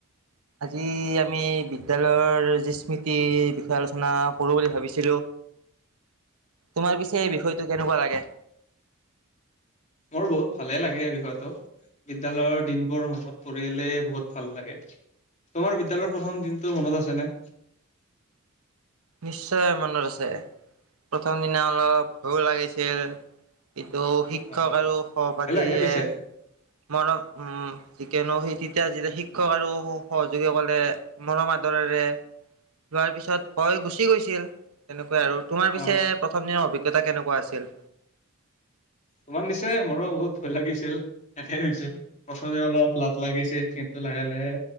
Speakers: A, on the right; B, on the left.
A: আজি আমি বিদ্্যালয়ৰ যি স্মৃতিৰ বিষয়ে আলোচনা কৰোঁ বুলি ভাবিছিলো তোমাৰ পিছে এই বিষয়টো কেনেকুৱা লাগে
B: মোৰ বহুত ভালে লাগে এই বিষয়তটো বিদ্্যয়ালয়ৰ দিনবোৰ মনত পৰিঢ়লেে বহুত ভাল লাগে তোমাৰ বিদ্্যালয়ৰ প্ৰথম দিনটো মনত আছেনে
A: নিশ্চয় মনত আছে প্ৰথম দিনা অলপ ভয় লাগিছিল। শিক্ষক
B: অ',
A: আৰু সহপাঠীয়ে
B: ভয় লাগে পিছে
A: মৰম উ যিকিয়নো সেই তেতিয়া যেতিয়া শিক্ষক আৰু সহযোগীসকলে মৰম আদৰেৰে লোৱাৰ পিছত ভয় গুচি গৈছিল তেনেকুৱা আৰু তোমাৰ পিছে
B: অ',
A: প্ৰথম দিনৰ অভিজ্ঞতা কেনেকুৱা আছিল।
B: তোমাৰ নিচিনাই মোৰো বহুত ভয় লাগিছিল এনেছিল প্ৰথমে অলপ লাজ লাগিছিল কিন্তু লাহে - লাহে